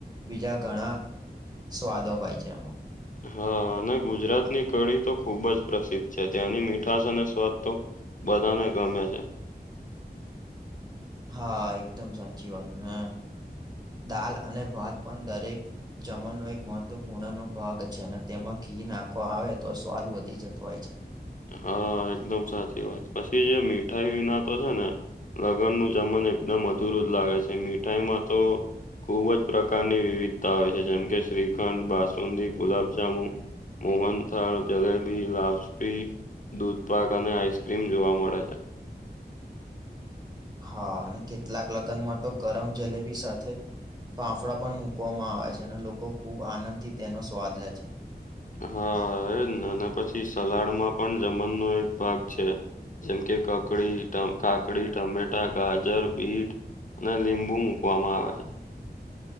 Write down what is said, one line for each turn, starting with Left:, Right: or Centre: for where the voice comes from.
Right: બીજા ઘણા સ્વાદો હોય છે આમાં.
Left: હ, અને ગુજરાતની કઢી તો ખુબ જ પ્રસિદ્ધ છે ત્યાંની મીઠાશ અને સ્વાદ તો બધાને ગમે છે.
Right: હા એકદમ સાચી વાત ને દાલ અને ભાત પણ દરેક જમણનો એક મહત્વ પૂર્ણ નો ભાગ છે અને તેમાં ઘી આવે તો સ્વાદ વધી જતો હોય છે.
Left: હા એકદમ સાચી વાત પછી જે મીઠાઈ વિના તો છે ને લગ્નનું જમણ એકદમ અધુરું જ લાગે છે. મીઠાઈમાં તો ખુબ જ પ્રકારની વિવિધતા હોય છે જેમકે શ્રીખંડ, બાસુંદી, ગુલાબજામુ મોહનથળ, જલેબી, લાક્ષપી. દૂધ પાક અને આઈસ્ક્રીમ જોવા મળે છે.
Right: હા અને કેટલાક લગ્નમાં તો ગરમ જલેબી સાથે ફાફડા પણ મુકવામાં આવે છે અને લોકો ખુબ આનંદ થી તેનો સ્વાદ લે છે.
Left: હા એ અને ના પછી સલાડમાં પણ જમનનો એક ભાગ છે. જેમ કે કકડી, કાકડી, ટમેટા, ગાજર, બીટ અને લીંબુ મૂકવામાં આવે છે.